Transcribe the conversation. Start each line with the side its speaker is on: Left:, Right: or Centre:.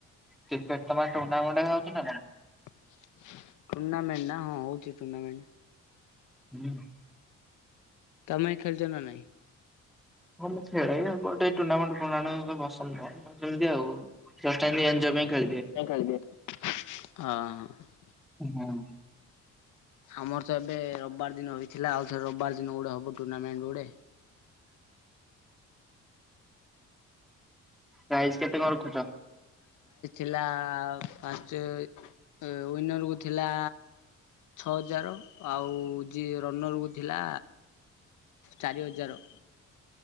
Centre: କ୍ରିକେଟ୍ ତୋମ ଗାଁ ରେ ଟୁଣ୍ଣାମେଣ୍ଟ ହେକା ହଉଚି ନା ନାହିଁ?
Left: ଟୁର୍ଣ୍ଣାମେଣ୍ଟ ନା ହଁ ହଉଚି ଟୁର୍ଣ୍ଣାମେଣ୍ଟ।
Centre: ହୁଏନା?
Left: ତୋମେ ଖେଳୁଛ ନା ନାହିଁ?
Centre: ହଁ ମୁଁ ଖେଳେ, ବଟ୍ ଏ ଟୁର୍ଣ୍ଣାମେଣ୍ଟ ଫୁର୍ଣ୍ଣାମେଣ୍ଟ ଏ ସବୁ ପସନ୍ଦ ନୁହଁ, ତ ସେମିତି ଆଉ। ଜଷ୍ଟ ଏମତି ଏନଜୟ ପାଇଁ ଖେଳି ଦିଏ।
Left: ହଁ।
Centre: ଉଁ ହୁଁ।
Left: ଆମର ତ ଏବେ ରବିବାର ଦିନ ହୋଇ ଥିଲା ଆଉଥରେ ରବିବାର ଦିନ ଗୁଡ଼େ ହେବ ଟୁର୍ଣ୍ଣାମେଣ୍ଟ ଗୁଡ଼େ।
Centre: ପ୍ରାଇଜ କେତେ କଣ ରଖୁଛ?
Left: ହେଲା ଫାଷ୍ଟ ୱି ୱିନର କୁ ଥିଲା ଛଅ ହଜାର ଆଉ ଯିଏ ରନର କୁ ଥିଲା ଚାରି ହଜାର।